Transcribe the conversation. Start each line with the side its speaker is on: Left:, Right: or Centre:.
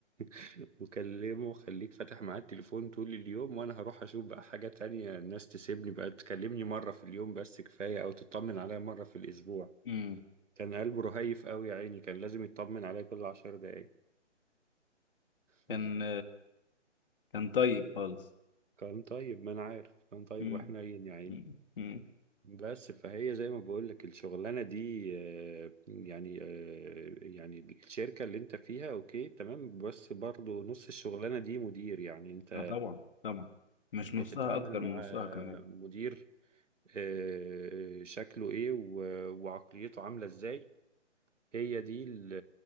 Right: <laughs> وكلمه خليك فاتح معاه التليفون طول اليوم وانا هروح اشوف بقى حاجة تانية الناس تسيبني بقى تكلمني مرة في اليوم بس كفاية او تطمن عليا مرة في الاسبوع
Left: مم.
Right: كان قلبه رهيف قوي يا عيني كان لازم يطمن عليا كل عشر دقايق
Left: كان
Right: <laughs>
Left: كان طيب خالص
Right: كان طيب ما انا عارف كان طيب
Left: مم.
Right: وحنين يا عيني
Left: مم. مم.
Right: بس فهي زي ما بقول لك الشغلانه دي آه، يعني آه، يعني الشركه اللي انت فيها اوكي تمام بس برضو نص الشغلانه دي مدير يعني انت
Left: اه طبعا طبعا مش نصها
Right: بتتعامل
Left: اكتر
Right: مع
Left: من نصها كمان
Right: مدير آه، شكله ايه و- وعقليته عامله ازاي هي دي ال-